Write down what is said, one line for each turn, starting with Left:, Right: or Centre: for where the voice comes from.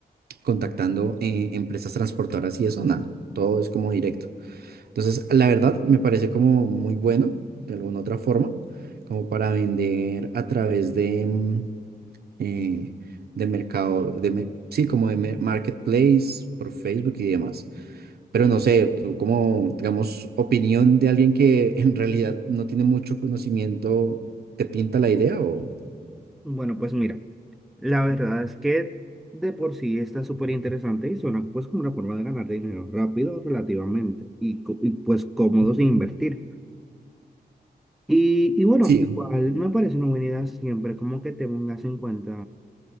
Right: contactando eh, empresas transportadoras y eso, nada. Todo es como directo. Entonces, la verdad, me parece como muy bueno, de alguna otra forma, como para vender a través de, mm, eh, de mercado, de, mer- sí, como de mer- marketplace, por Facebook y demás. Pero no sé, tú como, digamos, opinión de alguien que <laughs> en realidad no tiene mucho conocimiento, ¿te pinta la idea o...?
Centre: Bueno, pues mira, la verdad es que de por sí está súper interesante y suena pues como una forma de ganar dinero rápido relativamente y, co- y, pues cómodo
Right: Ujú.
Centre: sin invertir. Y, y bueno,
Right: Sí.
Centre: igual me parece una buena idea siempre como que te tengas en cuenta